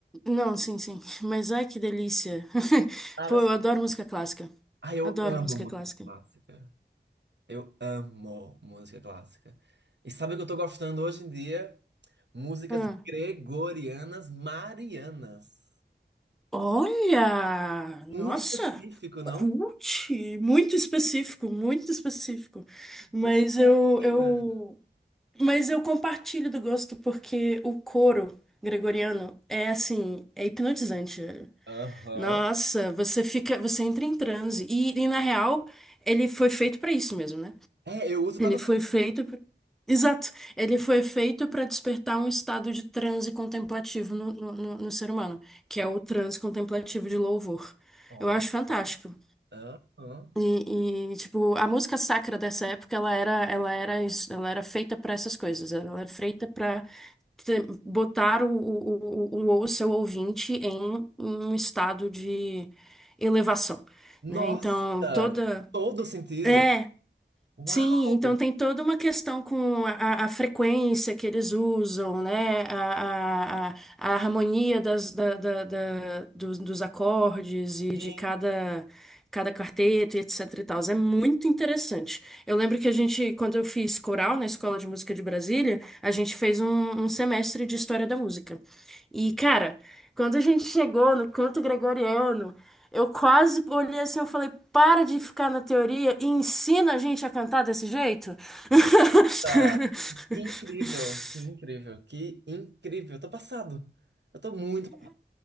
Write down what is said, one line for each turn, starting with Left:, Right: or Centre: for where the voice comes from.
Centre: Não, sim, sim. <laughs> Mas ai, que delícia! <laughs>
Right: Nada
Centre: Pô,
Right: assim.
Centre: eu adoro música clássica.
Right: Ah, eu
Centre: Adoro
Right: amo
Centre: música
Right: música
Centre: clássica.
Right: clássica. Eu amo música clássica. E sabe o que eu tô gostando hoje em dia? Músicas
Centre: Ah.
Right: gregorianas marianas.
Centre: Olha!
Right: Muito
Centre: Nossa!
Right: específico, não?
Centre: Cult! Muito específico, muito específico. Mas
Right: Pois
Centre: eu,
Right: é, menina.
Centre: eu, mas eu compartilho do gosto porque o coro gregoriano é assim, é hipnotizante.
Right: Aham.
Centre: Nossa, você fica, você entra em transe. E, e na real, ele foi feito pra isso mesmo, né?
Right: É, eu uso
Centre: Ele
Right: pra dormir.
Centre: foi feito. pra- Exato. Ele foi feito para despertar um estado de transe contemplativo no, no, no- no ser humano, que é o transe contemplativo de louvor.
Right: Olha.
Centre: Eu acho fantástico.
Right: Aham.
Centre: E, e, tipo, a música sacra dessa época, ela era, ela era, isso- ela era feita para essas coisas. Ela era feita para botar o, o, o, o o seu ouvinte em um estado de elevação,
Right: Nossa,
Centre: né? Então, toda.
Right: todo sentido.
Centre: É,
Right: Uau!
Centre: Sim, então tem toda uma questão com a, a- a frequência que eles usam, né? A, a, a, a harmonia das, da, da- da- dos, dos acordes e
Right: Gente,
Centre: de cada, cada quarteto, e etc e tal. É muito interessante. Eu lembro que a gente, quando eu fiz coral na Escola de Música de Brasília, a gente fez um, um semestre de História da Música. E, cara, quando a gente chegou no canto gregoriano, eu quase olhei assim, eu falei, para de ficar na teoria e ensina a gente a cantar desse jeito. <laughs>
Right: nossa! Que incrível! Que incrível! Que incrível! Eu tô passado! Eu tô muito.